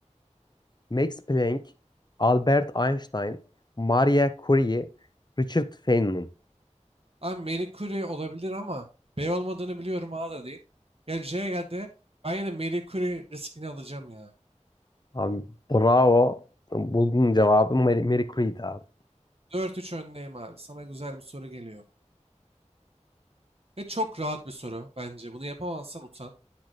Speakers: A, on the left; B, on the right.
A: Max Planck, Albert Einstein, Maria Curie, Richard Feynman.
B: Abi Marie Curie olabilir ama B olmadığını biliyorum A da değil. Ya Cye ya Ben yine Marie Curie riskini alacağım ya.
A: Abi bravo. Buldun cevabı. Mary, Mary Creed abi.
B: Dört üç öndeyim abi. Sana güzel bir soru geliyor. Ve çok rahat bir soru bence. Bunu yapamazsan utan.